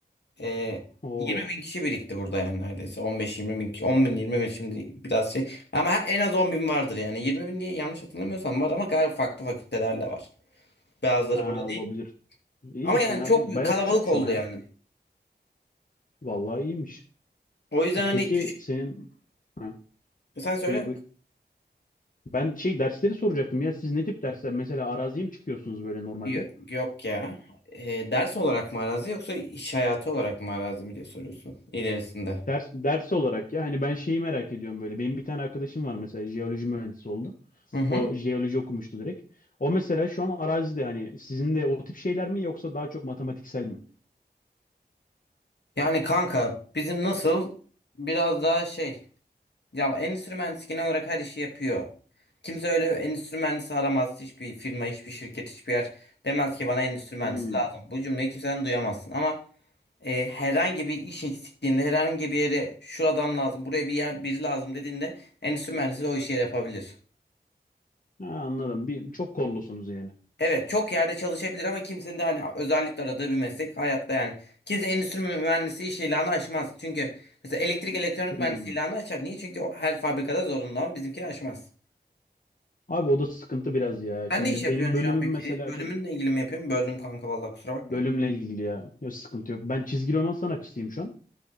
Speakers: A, on the left (about 75°); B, on the left (about 50°).
A: E,
B: Oo.
A: 20 bin kişi birikti burada yani neredeyse 15-20 bin kişi 10 bin 20 bin şimdi biraz şey ama her- en az 10 bin vardır yani 20 bin diye yanlış hatırlamıyorsam var ama galiba farklı fakültelerde var. Bazıları
B: Ha
A: burada değil.
B: olabilir. İyi
A: Ama yani
B: fena
A: çok
B: değil. Baya
A: kalabalık
B: küçükmüş
A: oldu
B: ama ya.
A: yani.
B: Vallahi iyiymiş.
A: O yüzden
B: E, peki
A: hani küçük
B: senin ha,
A: sen söyle
B: buyur buyur. Ben şey dersleri soracaktım ya. Siz ne tip dersler? Mesela araziye mi çıkıyorsunuz böyle normalde?
A: Yo- yok ya. Ee, ders olarak mı arazi yoksa iş hayatı olarak mı arazi mi diye soruyorsun ilerisinde.
B: Ders, ders olarak ya hani ben şeyi merak ediyorum böyle. Benim bir tane arkadaşım var mesela jeoloji mühendisi oldu.
A: Hı hı.
B: O jeoloji okumuştu direkt. O mesela şu an arazide hani sizin de o tip şeyler mi yoksa daha çok matematiksel mi?
A: Yani kanka bizim nasıl biraz daha şey ya endüstri mühendisi genel olarak her işi yapıyor. Kimse öyle endüstri mühendisi aramaz. Hiçbir firma, hiçbir şirket, hiçbir yer demez ki bana endüstri mühendisi
B: Hmm.
A: lazım. Bu cümleyi kimseden duyamazsın ama e, herhangi bir iş eksikliğinde herhangi bir yere şu adam lazım buraya bir yer biri lazım dediğinde endüstri mühendisi de o işi yapabilir.
B: Ha, anladım. Bir, çok kollusunuz yani.
A: Evet çok yerde çalışabilir ama kimsenin de hani özellikle aradığı bir meslek hayatta yani. Kimse endüstri mühendisi iş ilanı açmaz. Çünkü mesela elektrik elektronik mühendisi
B: Hmm.
A: ilanı açar. Niye? Çünkü o her fabrikada zorunlu ama bizimkini açmaz.
B: Abi o da sıkıntı biraz ya.
A: Sen
B: Şimdi
A: ne iş yapıyorsun
B: benim bölümüm
A: şu an peki?
B: mesela
A: Bölümünle
B: çok
A: ilgili mi yapıyorsun? Böldüm kanka vallahi kusura bakma.
B: bölümle ilgili ya. Yok sıkıntı yok. Ben çizgi roman sanatçısıyım şu an.